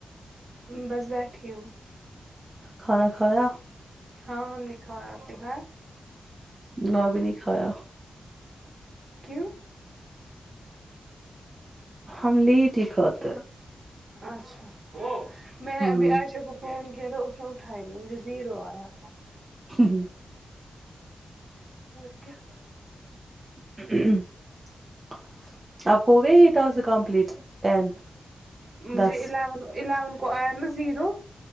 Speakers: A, on the right; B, on the right.
A: بس بیٹھی ہوں
B: کھانا کھایا
A: ہاں ہم نےکھا آپ نے کہاں
B: میں بھی نہیں کایا
A: کیوں
B: ہم لی ت ہی خاطر
A: اچھاچھا میں
B: ہیں
A: ابھی آشا گ فون کیا تھا اس نے اٹھیا نہیں مجھے زیرو آیا
B: ہوں ہوں
A: اور کیا
B: <inaudible> آپ کووٹ آس کمپلیٹ ٹین دس
A: ج اون الیون م زیرو